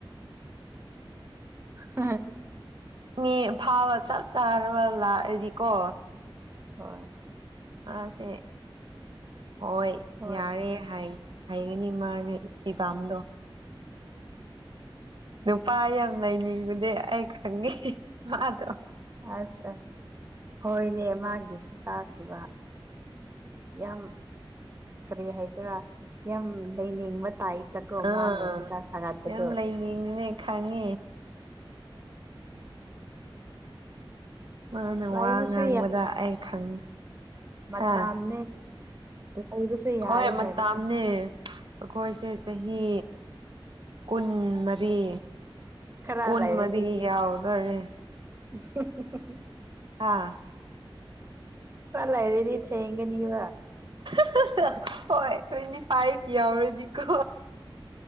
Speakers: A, on the right; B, on the right.
A: ꯍꯥ
B: ꯃꯤ ꯐꯥꯕ ꯆꯞ ꯆꯥꯔꯕ ꯂꯥꯛꯑꯗꯤꯀꯣ
A: ꯍꯣꯏ
B: ꯑꯁꯦ ꯍꯣꯏ
A: ꯍꯣꯏ
B: ꯌꯥꯔꯦ ꯍꯥꯏ ꯍꯥꯏꯒꯅꯤ ꯃꯥꯅꯤ ꯐꯤ ꯄꯝꯗꯣ ꯅꯨ ꯄꯥ ꯌꯥꯝ ꯂꯩꯅꯤꯡꯕꯗꯤ ꯑꯩ ꯈꯪꯉꯦ ꯃꯥꯗꯣ
A: ꯑꯁ ꯑꯁ ꯍꯣꯏꯅꯦ ꯃꯥꯒꯤ ꯆꯥꯖꯇꯨꯒ ꯌꯥꯝ ꯀꯔꯤ ꯍꯥꯏꯁꯤꯔꯥ ꯌꯥꯝ ꯂꯩꯅꯤꯡꯕ ꯇꯥꯏꯞꯇꯀꯣ
B: ꯑꯥ
A: ꯃꯥꯅ ꯁꯤꯇꯥ ꯁꯥꯒꯠꯄꯗꯣ
B: ꯌꯥꯝ ꯂꯩꯅꯤꯡꯅꯦ ꯈꯪꯉꯦ ꯃꯥꯅ
A: ꯂꯩꯕꯁꯨ
B: ꯋꯥ ꯉꯥꯡꯕꯗ ꯑꯩ ꯈꯪꯉꯤ
A: ꯃꯇꯝꯅꯦ
B: ꯍꯥ
A: ꯂꯩꯕꯁꯨ ꯌꯥꯏ
B: ꯍꯣꯏ ꯃꯇꯥꯅꯦ
A: ꯍꯥꯏꯕ
B: ꯑꯩꯈꯣꯏꯁꯦ ꯆꯍꯤ ꯀꯨꯟ ꯃꯔꯤ
A: ꯈꯔ
B: ꯀꯨꯟ
A: ꯂꯩꯔꯗꯤ
B: ꯃꯔꯤ ꯌꯥꯎꯈꯔꯦ
A: <inaudible>
B: ꯍꯥꯥ
A: ꯍꯂꯥꯏꯔꯦꯗꯤ ꯊꯦꯡꯒꯅꯤꯕ
B: <inaudible> ꯍꯣꯏ ꯇ꯭ꯋꯦꯟꯇꯤ ꯐꯥꯏꯚ ꯀ꯭ꯔꯗꯤꯀꯣ